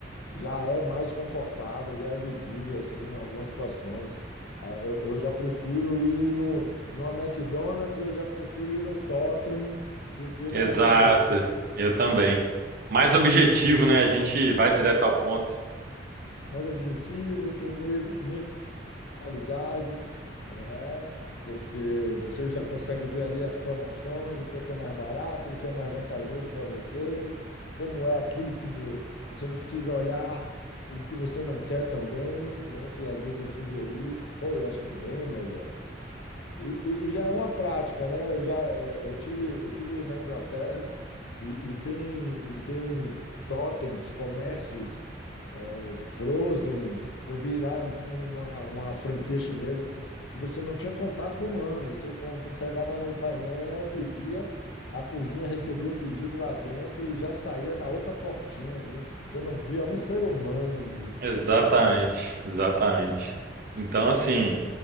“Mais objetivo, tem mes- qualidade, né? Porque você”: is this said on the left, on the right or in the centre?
Left